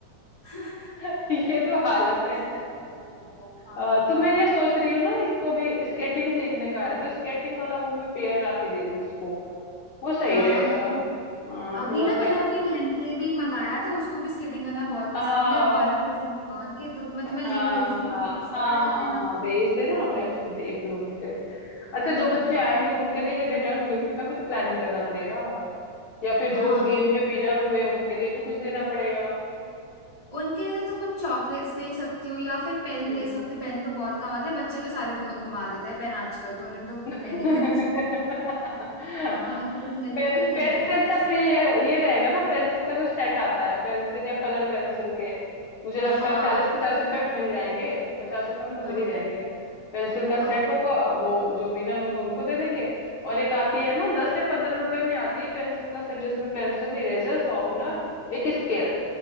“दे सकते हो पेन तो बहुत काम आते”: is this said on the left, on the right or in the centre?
Right